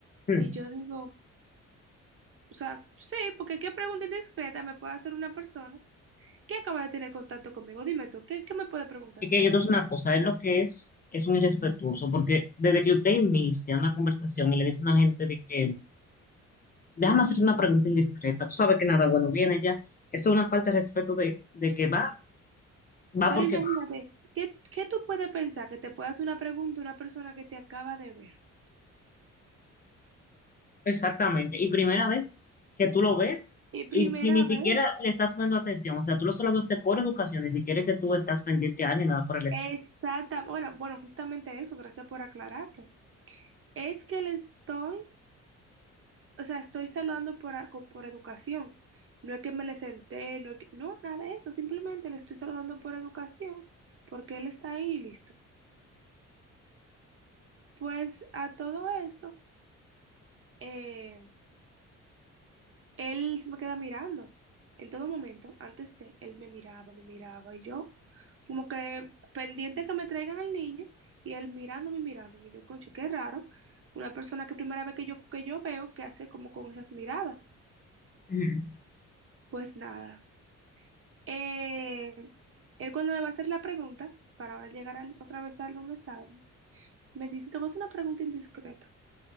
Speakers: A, on the left; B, on the right.
A: Hmm.
B: Y yo digo, o sea, sí, porque qué pregunta indiscreta me puede hacer una persona. que acaba de tener contacto conmigo. Dime tú, ¿qué, qué me puede preguntar?
A: Y que yo te voy a decir una cosa, es lo que es, es un irrespetuoso, porque desde que usted inicia una conversación y le dice a una gente de que, déjame hacer una pregunta indiscreta, tú sabes que nada bueno viene ya, esto es una falta de respeto de, de que va, va
B: Pero
A: porque
B: imagínate,
A: va.
B: ¿qué, qué tú puedes pensar que te pueda hacer una pregunta una persona que te acaba de ver?
A: Exactamente. Y primera vez que tú lo ves
B: Y primera
A: y, y ni siquiera
B: vez.
A: le estás poniendo atención, o sea, tú lo solo lo haces por educación, ni siquiera es que tú estás pendiente a él ni nada por el estilo.
B: Exactamente. Bueno, bueno, justamente eso, gracias por aclararlo. Es que le estoy, o sea, estoy saludando por, a- co- por educación. No es que me le senté, no, es que- no, nada de eso, simplemente le estoy saludando por educación, porque él está ahí y listo. Pues a todo esto, eh, Él se me queda mirando en todo momento. Antes de él me miraba, me miraba y yo como que pendiente a que me traigan al niño y él mirándome, mirándome. Y Yo, concho, qué raro. Una persona que primera vez que yo, que yo veo que hace como con esas miradas.
A: Ujú.
B: Pues nada. Eh, él cuando me va a hacer la pregunta, para ahora llegar al- otra vez al donde estaba, me dice, te voy a hacer una pregunta indiscreta.